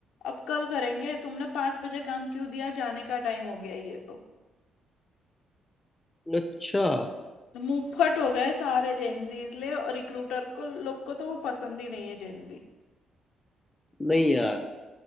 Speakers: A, on the left; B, on the left.
A: अब कल करेंगे तुमने पांच बजे काम क्यों दिया जाने का टाइम हो गया ये तो
B: अच्छा
A: मुंह फट हो गए सारे जेनजी इसलिए और रिक्रूटर को लोग को तो वो पसंद ही नहीं है जेनजी
B: नहीं यार